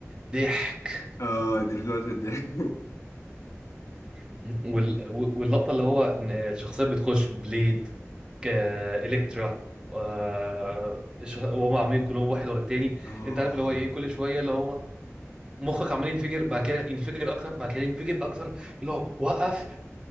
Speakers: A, on the right; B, on the left.
A: ضحك
B: اه دي بتموت الضحك
A: <laughs> وال- واللقطه اللي هو إن الشخصيات بتخش بليد كالكترا آه، الشخ- وهم عاملين كلهم واحد ورا التاني
B: <laughs>
A: انت عارف اللي هو ايه كل شويه اللي هو مخك عمال ينفجر بعد كده ينفجر اكتر بعد كده ينفجر اكتر اللي هو وقف